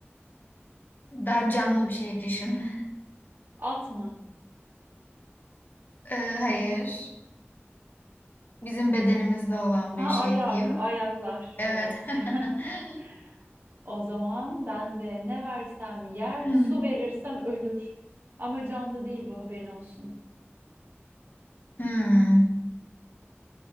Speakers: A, on the left; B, on the right.
A: Daha canlı bir şey düşün. <laughs>
B: at mı?
A: Ee, hayır. Bizim bedenimizde olan
B: Ha,
A: bir şey
B: ayak,
A: diyeyim.
B: ayaklar.
A: Evet.
B: Evet. <laughs>
A: <laughs>
B: O zaman ben de ne versem yer,
A: Hmm.
B: su verirsem ölür. Ama canlı değil bu haberin olsun.
A: Hmm.